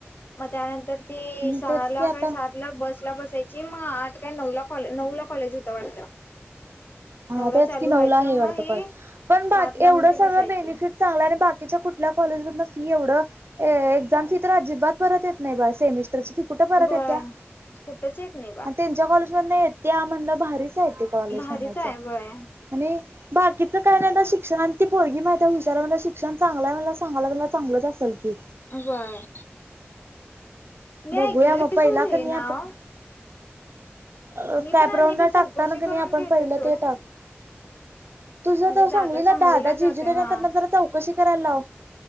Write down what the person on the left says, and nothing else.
मग त्यानंतर ती
सहाला
काय सातला बसला बसायची म आठ काय नऊला नऊला कॉलेज होतं वाटतं
नऊला
चालू
व्हायचं
मग हे
सात ला
म्हणजे
बसायची
व्हय
कुठच येत नाही बा
भारीच
आहे व्हय
व्हय मी
ऐकलोय
सोड हे
नाव
मी
पण आणि ते चौकशी
करून
घेतो
सोड
म्हणजे
दादा
जातोय
हा